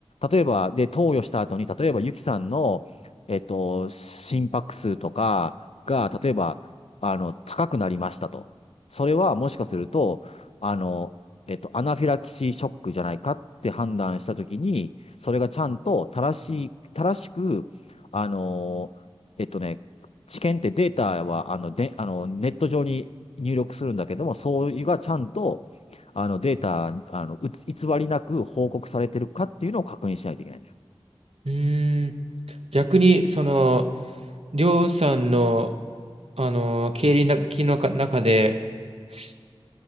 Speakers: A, on the left; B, on the right.
A: 例えば、で、投与した後に、例えば、ゆきさんの、えっと、心拍数とかが、例えば、あの、高くなりましたと。それは、もしかすると、あの、えっと、アナフィラキシーショックじゃないかって判断したときに、それがちゃんと正しい、正しく、あの、えっとね、治験ってデータは、あの、で、あの、ネット上に入力するんだけども、そういうがちゃんと、あの、データ、あの、うつ偽りなく報告されてるかっていうのを確認しないといけないんだよ。
B: うーん。逆に、その、りょうさんの、あの、経理のきのか中で、す